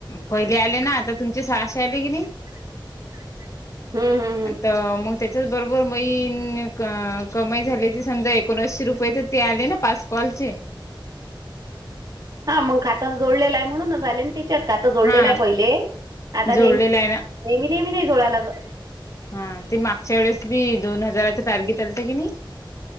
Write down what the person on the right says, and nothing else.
<unintelligible> हम्म.
हा मग खात तर जोडलेलं आहे म्हणून झाले त्यािच्यात खातं जोडलेलं
आहे पहिले आता
ने नेहमी
नेहमी नाही जोडयलाग